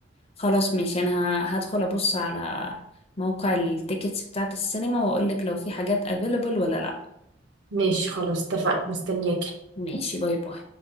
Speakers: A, on the left; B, on the right.
A: خلاص ماشي انا ه- هدخل ابص على موقع التيكتس بتاعت السينما واقول لك لو في حاجات available ولا لا
B: ماشي خلاص اتفقنا مستنياكي
A: ماشي باي باي